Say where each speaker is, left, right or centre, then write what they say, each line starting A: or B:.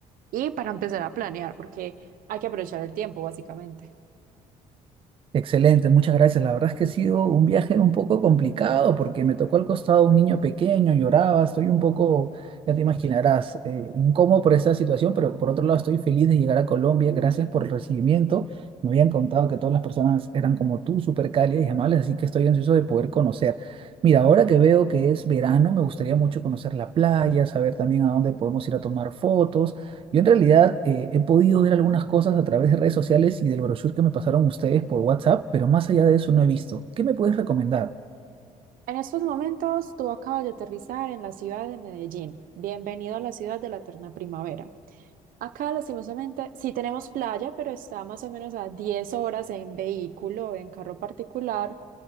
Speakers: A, on the right (about 75°); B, on the right (about 40°).
A: Y para empezar a planear, porque hay que aprovechar el tiempo, básicamente.
B: Excelente, muchas gracias. La verdad es que ha sido un viaje un poco complicado porque me tocó al costado un niño pequeño, lloraba, estoy un poco, ya te imaginarás, eh, incómodo por esa situación, pero por otro lado estoy feliz de llegar a Colombia. Gracias por el recibimiento. Me habían contado que todas las personas eran como tú, súper cálidas y amables, así que estoy ansioso de poder conocer. Mira, ahora que veo que es verano, me gustaría mucho conocer la playa, saber también a dónde podemos ir a tomar fotos. Yo en realidad eh, he podido ver algunas cosas a través de redes sociales y del brochure que me pasaron ustedes por WhatsApp, pero más allá de eso no he visto. ¿Qué me puedes recomendar?
A: En estos momentos, tú acabas de aterrizar en la ciudad de Medellín. Bienvenido a la ciudad de la eterna primavera. Acá, lastimosamente, sí tenemos playa, pero está más o menos a 10 horas en vehículo, en carro particular.